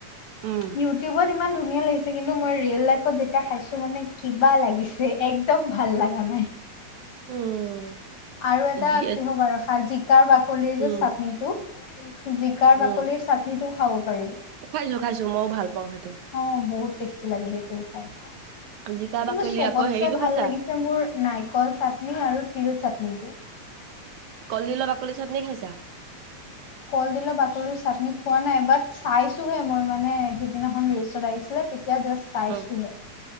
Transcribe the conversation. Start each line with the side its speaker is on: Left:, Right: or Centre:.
Right: উম,
Left: ইউটিউব ইমান ধুনীয়া ধুনিয়া লাগিছে কিন্তু মই ৰিয়েল লাইফত যেতিয়া খাইছো মানে কিবা লাগিছে এক্দম ভাল লগা নাই।
Right: উম,
Left: আৰু এটা
Right: যি
Left: কি হ'ব খাৰ জিকাৰ বাকলিৰ
Right: উম,
Left: যে চাটনিটো। জিকাৰ
Right: উম,
Left: বাকলিৰ চাটনিটো খাব পাৰি
Right: খাইছোঁ খাইছোঁ মইও ভাল পাওঁ সেইটো।
Left: অ' বহুত টেষ্টি লাগে সেইটোও খাই।
Right: জিকা
Left: কিন্তু
Right: বাকলি
Left: চবতছে
Right: আকৌ হেৰিটো
Left: ভাল
Right: খাইছা,
Left: লাগিছে মোৰ নাৰিকল চাট, আৰু তিল চাটনিটো
Right: কলডিলৰ বাকলি চাটনি খাইছা?
Left: কল দিলে বাকলিৰ চাটনি খোৱা নাই বাট চাইছোহে মই মানে সিদিনাখন ৰিলচত আহিছিলে। জাষ্ট চাইছোহে।
Right: উম,